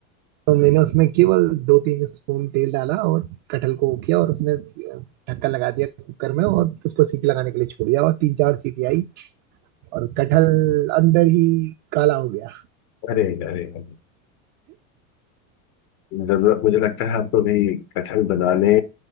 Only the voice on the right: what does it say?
तो मैंने उसमें केवल दो तीन स्पून तेल डाला और कटहल को वो किया और उसमें स- ढक्कन लगा दिया कुकर में और उसको सीटी लगाने के लिए छोड़ दिया और तीन चार सीटी आई और कटहल अंदर ही काला हो गया